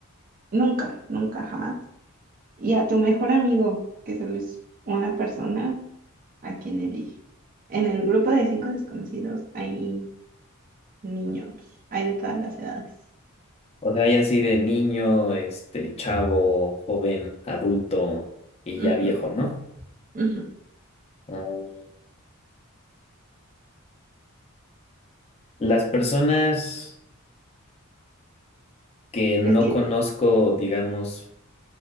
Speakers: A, on the right (about 40°); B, on the left (about 30°).
A: nunca, nunca, jamás, y a tu mejor amigo, que solo es una persona a quien elige. En el grupo de cinco desconocidos hay niños, hay de todas las edades.
B: O sea, hay así de niño, este, chavo, joven, adulto y ya
A: Ujú,
B: viejo, ¿no?
A: ujú.
B: Mm, Las personas que no
A: Es que
B: conozco, digamos...